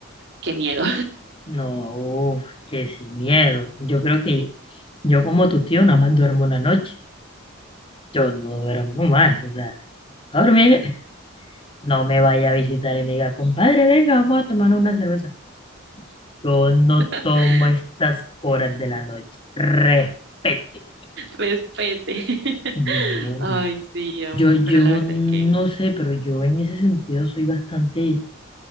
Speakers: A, on the right; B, on the left.
A: qué miedo.
B: No, uf, que sin miedo. Yo creo que yo como tu tío nada más duermo una noche. Yo no duermo más, o sea, a dormir. No me vaya a visitar y me diga, compadre, venga, vamos a tomar una cerveza. Yo no
A: <laughs>
B: tomo estas horas de la noche. Respete.
A: Respete. <laughs>
B: No,
A: Ay,
B: man.
A: sí, amor,
B: Yo, yo
A: pero la verdad
B: no
A: es que,
B: sé, pero yo en ese sentido soy bastante